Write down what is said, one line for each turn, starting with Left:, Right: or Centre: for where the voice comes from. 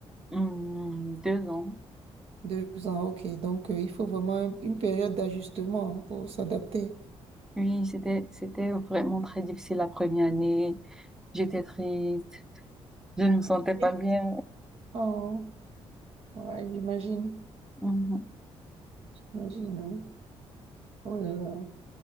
Centre: Mm, deux ans.
Right: Deux ans, ok. Donc, euh, il faut vraiment un- une période d'ajustement hein, pour s'adapter.
Centre: Oui, c'était, c'était vraiment très difficile la première année. J'étais triste, je ne me sentais pas
Right: Oui.
Centre: bien.
Right: Oh. Ouais, j'imagine.
Centre: Mhm.
Right: J'imagine. hein. Oh là là.